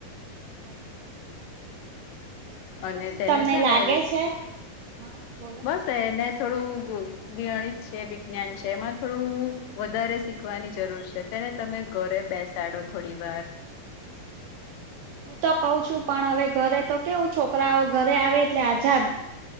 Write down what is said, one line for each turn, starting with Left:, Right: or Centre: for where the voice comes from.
Right: ઓકે.
Left: અને
Right: તો શું
Left: તેને
Right: તમને
Left: છે
Right: લાગે
Left: ને
Right: છે હા બોલો.
Left: શે ને થોડું ગણિત છે, વિજ્ઞાન છે એમાં થોડું વધારે શીખવાની જરૂર છે. તેને તમે ઘરે બેસાડો થોડીવાર.
Right: હું તો કઉ છું, પણ હવે ઘરે તો કેવું છોકરાઓ ઘરે આવે, એટલે આઝાદ